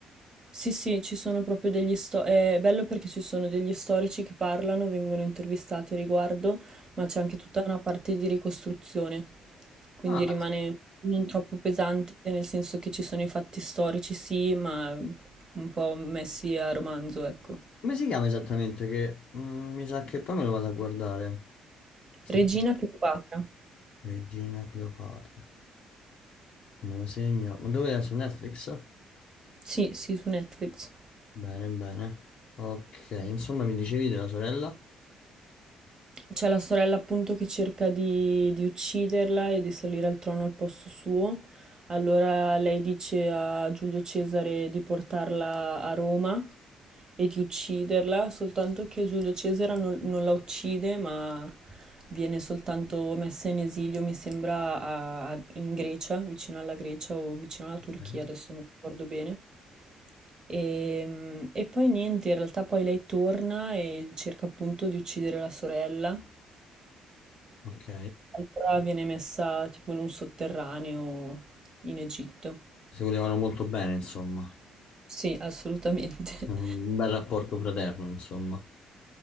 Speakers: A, on the right; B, on the left.
A: Sì, sì, ci sono proprio degli sto è bello perché ci sono degli storici che parlano, vengono intervistati a riguardo, ma c'è anche tutta una parte di ricostruzione. Quindi
B: Ah,
A: rimane non troppo pesante, nel senso che ci sono i fatti storici, sì, ma un po' messi a romanzo, ecco.
B: Come si chiama esattamente? Che mm, mi sa che poi me lo vado a guardare. Se-
A: Regina Cleopatra.
B: Regina Cleopatra. Me lo segno. Ma dove è? Su Netflix?
A: Sì, sì, su Netflix.
B: Bene, bene. Ok, insomma, mi dicevi della sorella?
A: C'è la sorella appunto che cerca di, di ucciderla e di salire al trono al posto suo. Allora lei dice a Giulio Cesare di portarla a Roma e di ucciderla, soltanto che Giulio Cesare non, non la uccide, ma viene soltanto messa in esilio, mi sembra, a- a- in Grecia, vicino alla Grecia o vicino alla Turchia,
B: Ok.
A: adesso non ricordo bene. E, e poi niente, in realtà poi lei torna e cerca appunto di uccidere la sorella.
B: Ok.
A: Allora viene messa tipo in un sotterraneo in Egitto.
B: Si volevano molto bene, insomma.
A: Sì, assolutamente.
B: Un
A: <laughs>
B: bel rapporto fraterno, insomma.